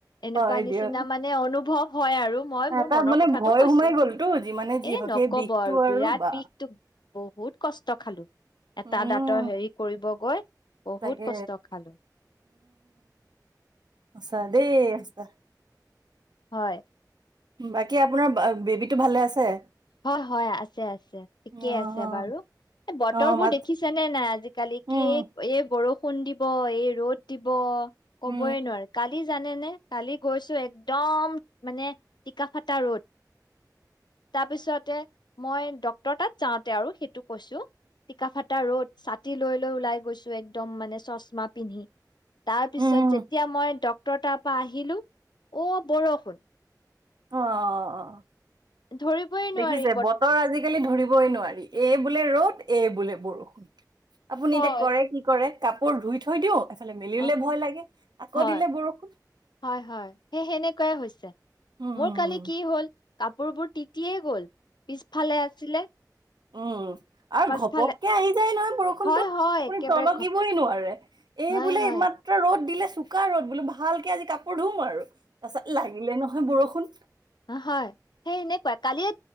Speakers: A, on the left; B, on the right.
A: এনেকুৱা
B: হয়
A: নিচিনা
B: দিয়ক,
A: মানে অ- অনুভৱ হয় আৰু মই মোৰ
B: এটা
A: মনৰ
B: মানে
A: কথাটো
B: ভয়
A: কৈছো।
B: সোমাই গ'লতো যিমানে যি
A: এ
B: হওক
A: নকব
B: সেই বিষটো
A: আৰু বিৰাট
B: বা
A: বিষটোক বহুত কষ্ট খালো। এটা
B: উম,
A: দাঁতৰ হেৰি কৰিব গৈ বহুত
B: তাকে
A: কষ্ট খালো।
B: সছা দেই সছা
A: হয়
B: বাকী আপোনাৰ বেবীটো ভালে আছে
A: হয় হয় আছে আছে ঠিকে
B: অ',
A: আছে বাৰু বতৰ
B: অ
A: বোৰ
B: মাত
A: দেখিছে নে নাই আজিকালি
B: উম
A: কি এই এই বৰষুণ কু দিব এই ৰ'দ দিব কবয়
B: উম
A: নোৱাৰি কালি জানে নে কালি গৈছো একদম মানে টিককাফটা ৰোদ তাৰ পিছতে মই ড্টৰ তাত যাওঁতে আৰু সেইটো কৈছো টিককাফটা ৰ'দ ছাতি লৈ লৈ ওলাই গৈছো একদম মানে চশমা পিন্ধি তাৰ পিছত
B: উম উম
A: যেতিয়া মই অ ত পৰা আহিলো অ বৰষুণ
B: আহ অ
A: ধৰিবই
B: দেখিছে
A: নোৱাৰি বত
B: বতৰ আজিকালি ধৰিবই নোৱাৰি এই এই বোলে ৰ'দ এই বোলে বৰষুণ আপুনি
A: হয়
B: এতিয়া কৰে কি কৰে কাপোৰ ধুই থৈ দিওঁ এফালে মেলিলে
A: অ
B: ভয় লাগে আকৌ
A: হয়
B: দিলে বৰষুণ
A: হয় হয় সেই সেনেকুৱাই হৈছে
B: উম
A: মোৰ
B: উম
A: কালি
B: উম,
A: কি হ'ল কাপোৰবোৰ তিতিয়েই গ'ল পিছফালে আছিলে
B: উ আৰু
A: পাছফালে
B: ঘপককে আহি যায় নহয় বৰষুণতো
A: হয়, হয়,
B: আপুনি
A: একেবাৰে
B: তলকিবই
A: ঘপ
B: নোৱাৰে এই
A: হয়,
B: বোলে
A: হয়।
B: একমাত্ৰ ৰ'দ দিলে চোকা ৰ'দ বোলো ভালকে আজি কাপোৰ ধুম আৰু তাৰপাছত লাগিলে নহয় বৰষুণ কোন
A: অ হয় সেই এনেকুৱা কালিয়ে